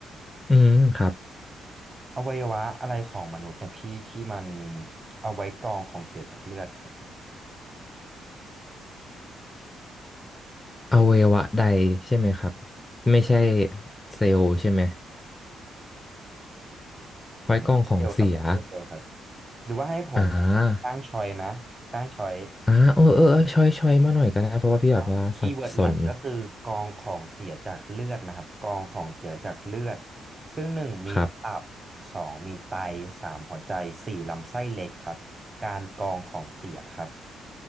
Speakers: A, on the left; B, on the right.
A: อืมครับ
B: อวัยวะอะไรของมนุษย์เนี่ยพี่ที่มันเอาไว้กรองของเสียจากเลือดครับ
A: อวัยวะใดใช่ไหมครับไม่ใช่เซลล์ใช่ไหมไว้กล้องของเสีย
B: ไม่ใช่เซลล์ครับไม่ใช่เซลล์ครับหรือว่าให้ผม
A: อ่า
B: สร้างชอยไหมสร้างชอย
A: อ่าเออเออเออช่อยช่อยมาหน่อยก็ได้เพราะว่าพี่แบบว่าสับสน
B: อ่ะคีย์เวิร์ดหลักก็คือกองของเสียจากเลือดนะครับกองของเสียจากเลือดซึ่งหนึ่งมีตับ
A: ครับ
B: สองมีไตสามหัวใจสี่ลำไส้เล็กครับการกองของเสียครับ